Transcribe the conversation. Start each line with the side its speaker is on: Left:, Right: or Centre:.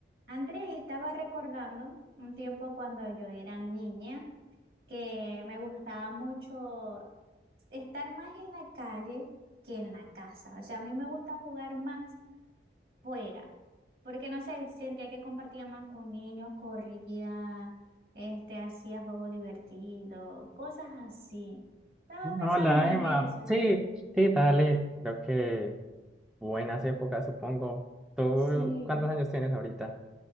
Right: Andrés estaba recordando un tiempo cuando yo era niña que me gustaba mucho estar más en la calle que en la casa. O sea, a mí me gusta jugar más fuera, porque no sé, sentía que compartía más con niños, corría, este, hacía juegos divertidos, cosas así. Estaba
Centre: Hola,
Right: pensando en
Centre: Emma.
Right: eso.
Centre: Sí, sí, dale. Creo que buenas épocas, supongo. ¿Tú
Right: Sí,
Centre: cuántos años tienes ahorita?